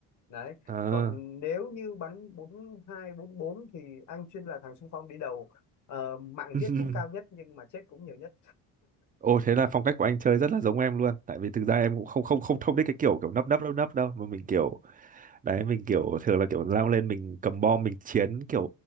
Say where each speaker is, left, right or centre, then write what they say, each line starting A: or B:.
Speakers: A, on the left; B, on the right.
A: đấy
B: à.
A: còn nếu như bắn bốn hai bốn bốn thì anh chuyên là thằng xung phong đi đầu Ờ, mạng
B: <laughs>
A: giết cũng cao nhất nhưng mà chết cũng nhiều nhất
B: Ồ thế là phong cách của anh chơi rất là giống em luôn tại vì thực ra em cũng không không không không thích cái kiểu kiểu nấp nấp nấp nấp đâu mà mình kiểu đấy mình kiểu thường là kiểu lao lên mình cầm bom mình chiến kiểu